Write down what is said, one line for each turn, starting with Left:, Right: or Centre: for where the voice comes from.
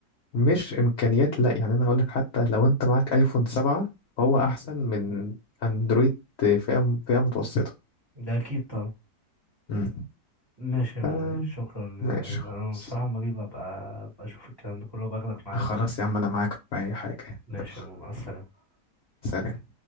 Left: مش امكانيات لا يعني انا هقولك حتى لو انت معاك ايفون 7 فهو
Right: مم.
Left: احسن من اندرويد فئة فئة متوسطة
Right: ده اكيد طبعا
Left: امم
Right: ماشي يا موري
Left: آه
Right: شكرا انا
Left: ماشي خلاص
Right: بصراحة لما اجي ببقى ببقى اشوف الكلام ده كله باخدك معايا
Left: خلاص
Right: طبعا
Left: يا عم انا معاك في اي حاجة
Right: ماشي
Left: يلا
Right: يا موري مع السلامة
Left: سلام